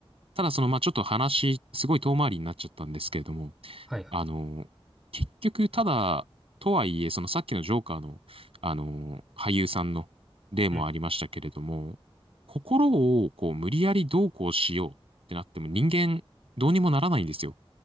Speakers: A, on the right; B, in the centre.
A: ただその、まあ、ちょっと話、すごい遠回りになっちゃったんですけれども、
B: はいはい。
A: あの、結局、ただ、とはいえ、そのさっきのジョーカーの、あの、俳優さんの例もありましたけれども、
B: うん。
A: 心をこう無理やりどうこうしようってなっても人間どうにもならないんですよ。